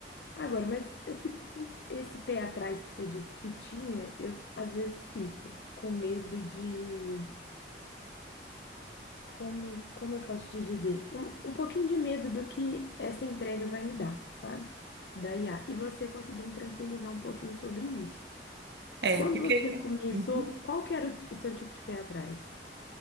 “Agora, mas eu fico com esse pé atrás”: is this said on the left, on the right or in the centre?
Left